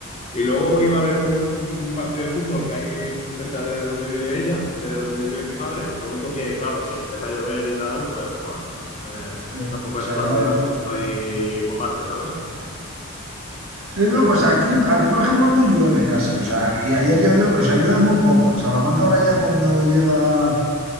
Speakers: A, on the left; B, on the right.
A: Y luego iba a ver un partido de fútbol que hay muy cerca de donde vive ella, de donde vive mi madre. Lo único que, claro, si empieza a llover y tal, pues bueno, eh,
B: Bueno,
A: tampoco
B: Se
A: es plato
B: acabó.
A: de Claro. buen gusto ahí mojarte, ¿sabes?
B: Sí, no,
A: Pero
B: pues aquí, aquí, por ejemplo, no llueve casi. O sea, y ayer llovió, pero o sea, llueve muy poco. En Salamanca ahora ya cuando llega,